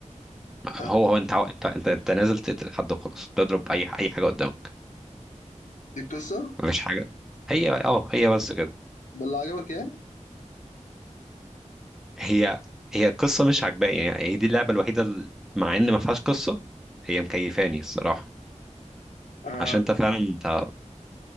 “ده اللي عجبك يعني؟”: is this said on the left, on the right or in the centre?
Left